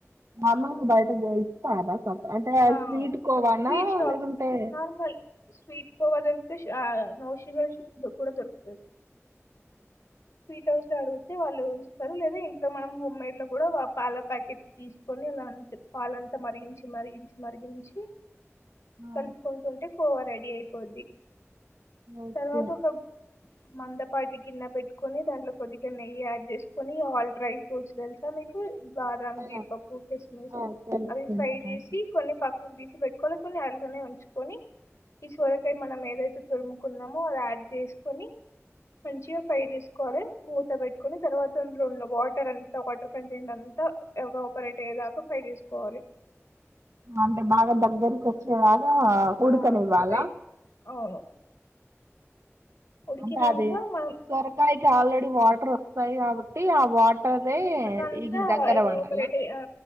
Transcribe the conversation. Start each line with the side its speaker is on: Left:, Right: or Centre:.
Right: నార్మల్గా బయట దొరుకుతాదా సం అంటే
Left: ఆ
Right: స్వీట్ కోవానా
Left: స్వీట్ షాప్స్
Right: లేకుంటే
Left: నార్మల్ స్వీట్ కోవా దొరుకుతే షా నొషూగర్ కూడా దొరుకుతది స్వీట్ హౌస్ ల ఆడుగుతే వాళ్ళు ఇస్ సరు లేదా ఇంట్లో మనం హోమ్ మేడ్ లో కూడా పాల ప్యాకెట్ తీసుకొని అ పాలంతా మరిగించి మరి మరిగించి
Right: ఆ
Left: కలుపుకొని తింటే కోవా రెడి అయిపోద్ది
Right: ఓకే
Left: తర్వాత ఒక మందపాటి గిన్న పెట్టుకొని దాంట్లో కొద్దిగా నెయ్యి యాడ్ చేసుకొని ఆల్ డ్రై ఫ్రూట్స్ తెలుసా మీకు బాదం
Right: ఆ
Left: జీడిపప్పు కిస్మిస్
Right: ఆ తెలుసు
Left: అవి
Right: తెలుసు
Left: ఫ్రై
Right: నాకు
Left: చేసి పక్కకు తీసి పెట్టుకోవలే కొన్ని ఆయిల్ళ్లోనే ఉంచుకొని ఈ సొరకాయ మనం ఏదైతే తురుము కున్నామో అది యాడ్ చేసుకొని మంచిగా ఫ్రై చేసుకోవాలే మూత పెట్టుకుని తర్వాత అందులో ఉన్న వాటర్ అంత వాటర్ కంటెంట్ అంతా ఎవాపరేట్ అయ్యేదాకా ఫ్రై చేసుకోవాలి
Right: అంటే బాగా దగ్గరకి వచ్చేలాగా ఉడుక
Left: ఆ
Right: నివ్వాల
Left: ఫ్రై
Right: ఊ
Left: అవును ఉడికినాక
Right: అంటే అది
Left: మనం
Right: సొరకాయకి ఆల్రెడి వాటర్ వస్తాయి కాబట్టి ఆ వాట టరే
Left: అట్లంతా
Right: ఇం దగరవడలా
Left: ఎవాపరేట్ ఆ